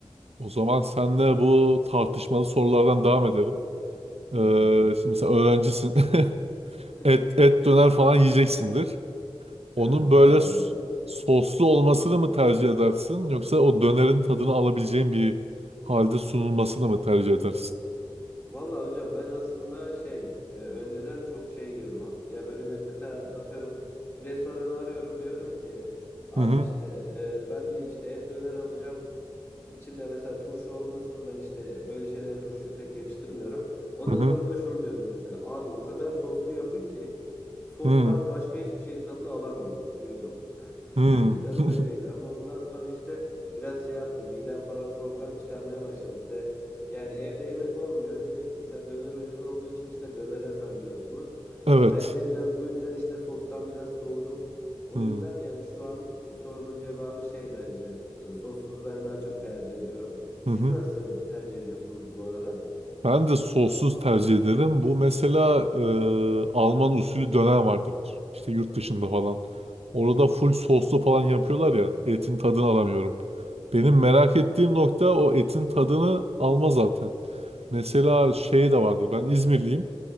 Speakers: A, on the right; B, on the left.
A: O zaman senle bu tartışmalı sorulardan devam edelim.
B: Tamam.
A: Ee, şimdi sen öğrencisin. <laughs>
B: <laughs>
A: Et, et döner falan yiyeceksindir.
B: Evet
A: Onun böyle
B: bazen.
A: s- soslu olmasını mı tercih edersin yoksa o dönerin tadını alabileceğin bir halde sunulmasını mı tercih edersin?
B: Valla hocam ben aslında şey e, önceden çok şey yiyordum. Hat- ya böyle bir mesela atıyorum restoranı arıyorum diyorum ki abi
A: Hı hı
B: işte e, ben bir işte et döner alacağım. İçinde mesela turşu olmasın. Ben işte böyle şeylere turşuyu pek yakıştırmıyorum. Ondan
A: hı hı
B: sonra da şunu diyordum mesela abi o kadar soslu yapın ki sostan
A: hı
B: başka hiçbir şeyin tadını alamayayım diyordum. <laughs>
A: hı.
B: Önceden
A: <laughs>
B: böyleydi ama ondan sonra işte biraz şey yaptım. Midem falan problem çıkarmaya başladı. Bir de yani evde yemek olmuyor. Direkt mesela döner ucuz olduğu için işte dönere sarılıyorsunuz.
A: Evet.
B: Belki de biraz bu yüzden işte sostan biraz soğudum. O
A: Hı
B: yüzden yani şu an bu sorunun cevabı şey bence. e, Sossuzu ben daha çok tercih ediyorum. Siz
A: hı. hı.
B: nasıl tercih ediyorsunuz bu arada?
A: Ben de sossuz tercih ederim. Bu mesela e, Alman usulü döner vardır. İşte yurt dışında
B: hı,
A: falan. Orada full soslu falan yapıyorlar ya. Etin tadını
B: hı hı,
A: alamıyorum. Benim merak ettiğim nokta o etin tadını alma zaten. Mesela şey de vardır. Ben İzmirliyim.